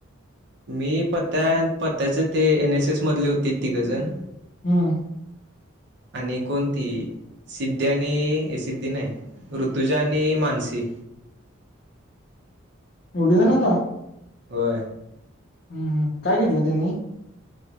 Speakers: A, on the right (about 55°); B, on the left (about 45°).
A: मी पत्या पत्याच ते एनएस एस मधले होते तिघजण
B: हम्
A: आणि कोण ती सिद्धी आणि सिद्धी नाही ऋतुजा आणि मानसी
B: एवढीच न होता.
A: वर
B: हम् काय घेतलं त्यांनी